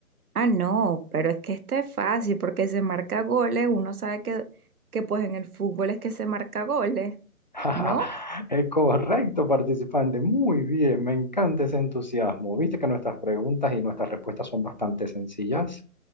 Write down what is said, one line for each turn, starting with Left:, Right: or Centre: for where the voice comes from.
Right: Ah, no, pero es que este es fácil porque se marca goles, uno sabe que, que pues en el fútbol es que se marca goles,
Left: <laughs>
Right: ¿no?
Left: Es correcto, participante. Muy bien, me encanta ese entusiasmo. ¿Viste que nuestras preguntas y nuestras respuestas son bastante sencillas?